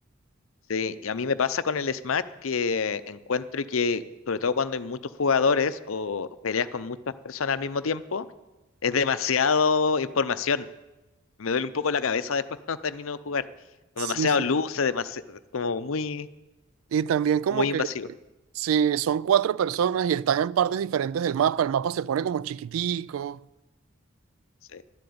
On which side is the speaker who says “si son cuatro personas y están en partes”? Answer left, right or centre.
Right